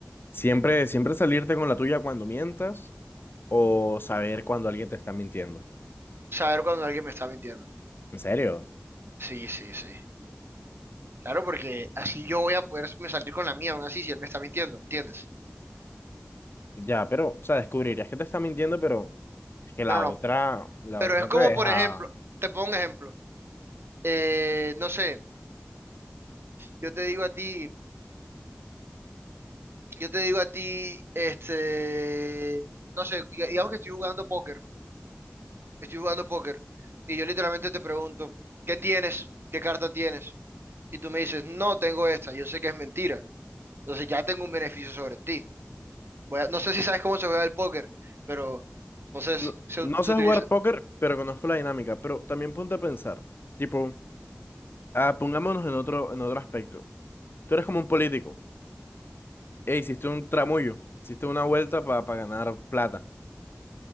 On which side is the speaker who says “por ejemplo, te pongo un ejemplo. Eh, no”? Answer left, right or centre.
Right